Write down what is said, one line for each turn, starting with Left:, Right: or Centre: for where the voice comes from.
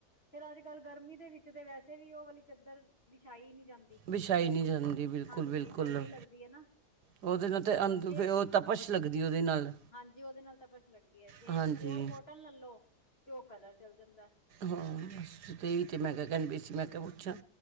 Left: ਫੇਰ ਅੱਜ-ਕੱਲ੍ਹ ਗਰਮੀ ਦੇ ਵਿੱਚ ਤੇ ਵੈਸੇ ਵੀ ਓ ਵਾਲੀ ਚਾਦਰ ਵਿਛਾਈ ਨੀ ਜਾਂਦੀ।
Right: ਵਿਛਾਈ ਨਹੀਂ ਜਾਂਦੀ ਬਿਲਕੁਲ-ਬਿਲਕੁਲ
Left: ਹਾਂਜੀ ਗਰਮੀ ਲੱਗਦੀ ਹੈ ਨਾ
Right: ਉਹਦੇ ਨਾਲ ਤੇ
Left: ਜੇ
Right: ਤਪਸ਼ ਲੱਗਦੀ ਉਹਦੇ ਨਾਲ।
Left: ਹਾਂਜੀ ਉਹਦੇ ਨਾਲ ਤਾਂ ਬਛ ਲੱਗਦੀ ਹੈ ਜੇ
Right: ਹਾਂਜੀ
Left: ਪਿਓਰ ਕੋਟਨ ਲੱਲੋ ਤੇ ਉਹ ਕਲਰ ਚੱਲ ਜਾਂਦਾ।
Right: ਹਾਂ ਬਸ ਤੇਹੀ ਤਾਂ ਮੈਂ ਕਿਹਾ ਕਹਿਨ ਬਸੀ ਮੈਂ ਕਿਹਾ ਪੁੱਛਾ।